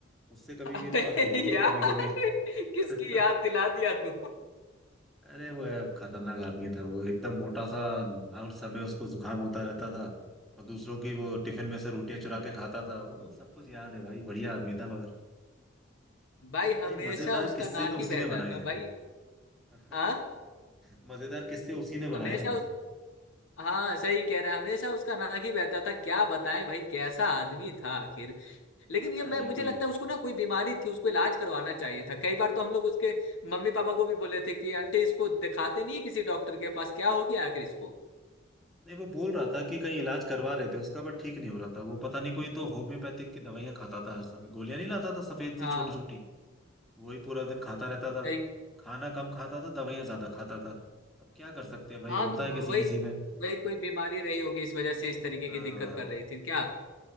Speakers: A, in the centre; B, on the left.
A: उससे कभी
B: अबे
A: भी बात होती है
B: यार
A: कभी कभी
B: किसकी
A: <laughs>
B: याद दिला दिया तू
A: अरे वो यार खतरनाक आदमी था वो एकदम मोटा सा हर समय उसको जुकाम होता रहता था और दूसरों की वो टिफिन में से रोटियां चुरा के खाता था वो सब कुछ याद है भाई बढ़िया आदमी था मगर
B: भाई हमेशा
A: भाई मजेदार
B: उसका
A: किस्से
B: नाक
A: तो उसी
B: ही बहता
A: ने बनाए
B: था
A: हैं
B: भाई
A: <laughs>
B: हाँ
A: मजेदार किस्से उसी ने
B: हमेशा
A: बनाए हैं
B: उस हाँ सही कह रहा है हमेशा उसका नाक ही बहता था क्या बताएं भाई कैसा आदमी था आखिर लेकिन
A: पता
B: ये मैं
A: नहीं
B: मुझे
A: कोई
B: लगता है उसको ना कोई बीमारी थी उसको इलाज करवाना चाहिए था कई बार तो हम लोग उसके मम्मी पापा को भी बोले थे कि आंटी इसको दिखाते नहीं किसी डॉक्टर के पास क्या हो गया आखिर इसको
A: नहीं वो बोल रहा था कि कहीं इलाज करवा रहे थे उसका बट ठीक नहीं हो रहा था वो पता नहीं कोई तो होम्योपैथिक की दवाइयां खाता था हर समय गोलियां नहीं लाता था सफेद सी
B: हाँ
A: छोटी छोटी वही पूरा दिन खाता रहता था
B: सही
A: खाना कम खाता था दवाइयां ज्यादा खाता था अब क्या कर सकते हैं भाई
B: हाँ
A: होता
B: तो
A: है किसी
B: वही
A: किसी में
B: वही कोई बीमारी रही होगी इस वजह से इस तरीके
A: हाँ
B: की दिक्कत कर रही थी क्या